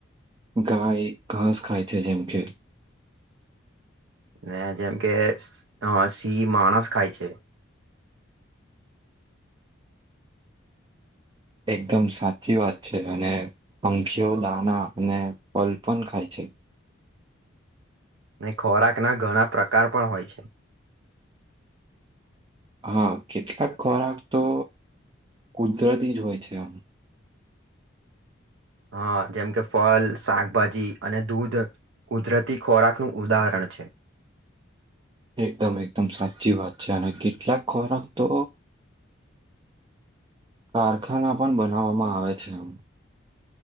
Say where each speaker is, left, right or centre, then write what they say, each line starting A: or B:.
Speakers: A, on the right; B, on the right.
A: ગાય ઘાસ ખાય છે જેમ કે
B: ને જેમ કે અ સિંહ માણસ ખાય છે.
A: એકદમ સાચી વાત છે અને પંખીઓ દાણા અને ફલ પણ ખાય છે.
B: ને ખોરાક ના ઘણા પ્રકાર પણ હોય છે.
A: હા કેટલાક ખોરાક તો કુદરતી જ હોય છે આમ.
B: હા જેમ કે ફલ, શાકભાજી અને દૂધ કુદરતી ખોરાક નું ઉદાહરણ છે.
A: એકદમ એકદમ સાચી વાત છે અને કેટલાક ખોરાક તો કારખાના પણ બનાવવામાં આવે છે આમ.